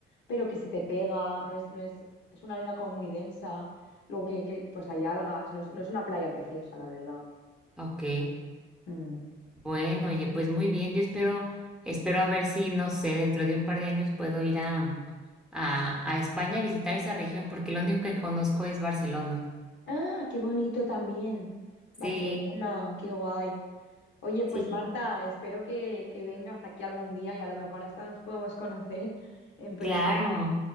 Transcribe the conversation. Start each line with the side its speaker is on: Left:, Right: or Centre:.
Left: pero que se te pega, no es, no es, es una arena como muy densa, luego que, que, pues hay algas, no es, no es una playa preciosa, la verdad.
Centre: Ok.
Left: Mm.
Centre: Bueno, oye, pues muy bien. Yo espero, espero a ver si, no sé, dentro de un par de años puedo ir a, a, a España a visitar esa región, porque lo único que conozco es Barcelona.
Left: Ah, qué bonito también. Barcelona,
Centre: Sí,
Left: qué guay. Oye, pues
Centre: sí.
Left: Marta, espero que, que vengas aquí algún día y a lo mejor hasta nos podemos conocer en persona.
Centre: Claro,